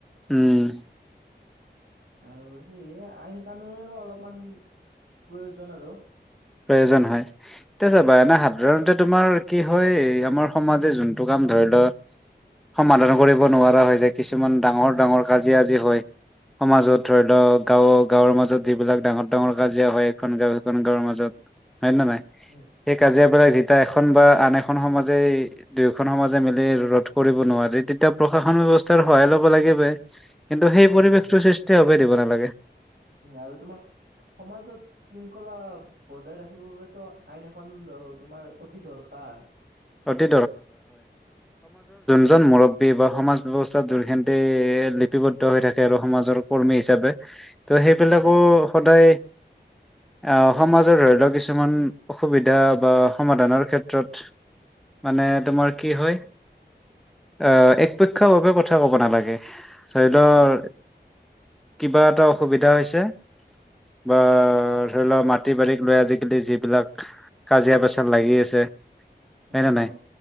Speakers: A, in the centre; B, on the right.
A: উম।
B: আৰু সেইয়ে আইন কানুনৰো অলপ অলপমান প্ৰয়োজন আৰু।
A: প্ৰয়োজন হয়, এতিয়া
B: উম
A: চাবা
B: আৰু
A: এনে সাধাৰণতে তোমাৰ কি হয় আমাৰ সমাজে যোনটো কাম ধৰি লও সমাধান কৰিব নোৱাৰা হয় যায় কিছুমান ডাঙৰ ডাঙৰ কাজিয়া যি হয়, সমাজত ধৰি লওক গাওঁ গাঁৱৰ মাজত যিবিলাক ডাঙৰ ডাঙৰ কাজিয়া হয় এখন গাওঁয়ে সিখন গাঁৱৰ মাজত। হয় নে নাই?
B: উম
A: সেই কাজিয়াবিলাক
B: উম
A: যেতিয়া
B: উম
A: এখন বা আন এখন খন সমাজেই দুয়োখন সমাজে মিলি ৰোধ কৰিব নোৱাৰি তেতিয়া প্ৰশাসন ব্যৱস্থাৰ সহায় ল'ব লাগিব। কিন্তু সেই
B: হয়
A: পৰিৱেশটো
B: হয় হয়
A: সৃষ্টি হ'বই দিব না লাগে
B: উম আৰু তোমাৰ সমাজত শৃংখলা বজাই ৰাখিবৰ বাবেতো আইন এখন ড তোমাৰ অতি দৰকাৰ।
A: অতি এজন মুৰব্বী বা সমাজ ব্যৱস্থা দুৰ্ঘিন্তই লিপিবদ্ধ হৈ থাকে আৰু সমাজৰ কৰ্মী হিচাপে। ত'
B: উম
A: সেইবিলাকো
B: উম
A: সদাই অ' সমাজৰ ধৰি লওক কিছুমান অসুবিধা বা সমাধানৰ ক্ষেত্ৰত মানে তোমাৰ কি
B: উম
A: হয়? অ', একপক্ষভাৱে কথা ক'ব নালাগে। চাইডৰ
B: উম উম
A: কিবা এটা অসুবিধা হৈছে।
B: উম
A: বা
B: উম
A: ধৰি লওক মা খেতি বাৰীক লৈ আজিকালি যিবিলাক কাজিয়া পেচাল লাগি আছে হয়
B: অ
A: নে নাই?
B: অ